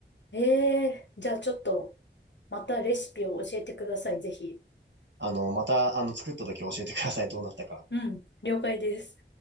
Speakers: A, on the left; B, on the right.
A: ええじゃあちょっと、またレシピを教えてください、ぜひ。
B: あの、また、あの、作った時教えてください。どうなったか。
A: うん、了解です。